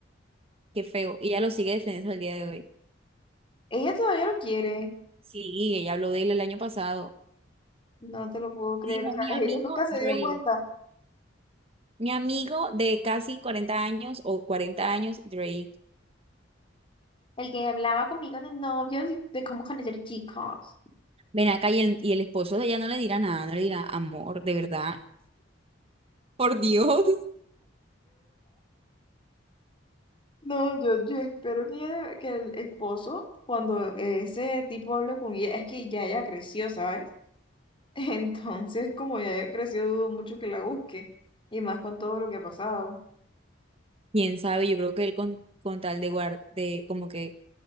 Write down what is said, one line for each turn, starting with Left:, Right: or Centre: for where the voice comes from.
Right: Qué feo. Y ella lo sigue defendiendo al día de hoy.
Left: Ella todavía lo quiere.
Right: Sí, ella habló de él el año pasado.
Left: No te lo puedo creer.
Right: Y dijo,
Left: O sea,
Right: mi
Left: <laughs>
Right: amigo
Left: ella nunca se
Right: Dre.
Left: dio cuenta.
Right: Mi amigo de casi 40 años o 40 años, Dre.
Left: El que hablaba conmigo de novios y de cómo conocer chicos.
Right: Ven acá y el, y el esposo de ella no le dirá nada, no le dirá amor, de verdad. Por Dios.
Left: No, yo, yo espero que, ella de- que el esposo, cuando ese tipo hable con ella, es que ya ella creció, ¿sabes? <laughs> Entonces, como ya ella creció, dudo mucho que la busque. Y más con todo lo que ha pasado.
Right: Quién sabe, yo creo que él con, con tal de guardar, de como que